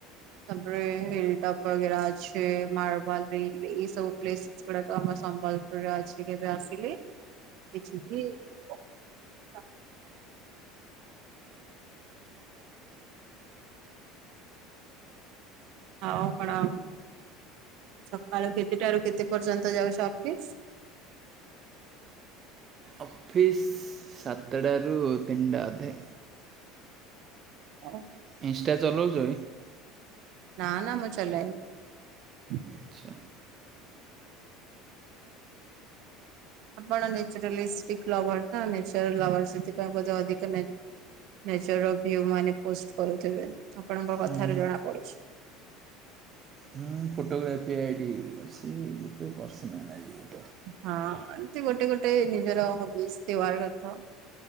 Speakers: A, on the right; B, on the right.
A: ତାପରେ ହିଲ୍ ଟପ୍ ବଗେରା ଅଛି ମାର୍ବାଲ ରିଲ୍ ଏଇ ସବୁ ପ୍ଲେସେସ୍ ଗୁଡାକ। ସମ୍ବଲପୁରରେ ଅଛି କେବେ ଆସିଲେ ଦେଖିକି ଜିବା। ତ। ଆଉ ପଣାମ। ସକାଳୁ କେତେଟାରୁ କେତେ ପର୍ଯ୍ୟନ୍ତ ଯାଉଛ ଅଫିସି।
B: ଅଫିସ୍ ସାତଟାରୁ ତିନିଟା ଅଧେ।
A: ଓ।
B: ଇନଷ୍ଟା ଚଲଉଛୁ।
A: ନା ନା ମୁଁ ଚଲାଇନି।
B: ଆଚ୍ଛା
A: ଆପଣ ନ୍ୟଚୁରାଲିଷ୍ଟିକ ଲଭର୍ ନା ନନ୍ୟଚୁରଲ ଲଭର୍ ସେଥିପାଇଁ ବୋଧେ ଅଧିକ ନେଚୁରା ଭିଓ ମାନେ ପୋଷ୍ଟ କରୁିବେ ଆପଣଙ୍କ
B: ହୁଁ
A: କଥାରୁ ଜଣା ପଡୁଛି।
B: ହଁ ଫଟୋଗ୍ରାଫି ଆଇଡ଼ି ଅଛି ଗୋଟେ ପର୍ସନାଲ ଆଇଡି।
A: ହଁ ଗଲ। ଗୋଟେ ଗୋଟେ ନିଜର ହବିସି ର କଥ।